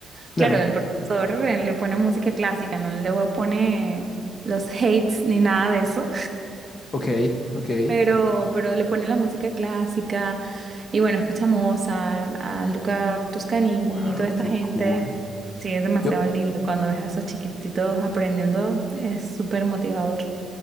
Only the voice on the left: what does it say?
claro.
Ok, ok. Ay,
wow,
qué
cool.
Yo